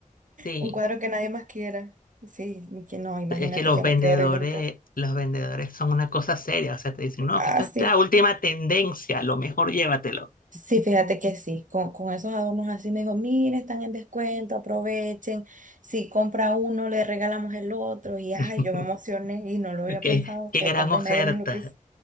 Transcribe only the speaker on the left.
Sí,
es que los
vendedores,
los vendedores son una cosa seria. O sea, te dicen, no,
que esto
es la última tendencia, lo mejor llévatelo.
<laughs>
Qué,
qué
gran
oferta.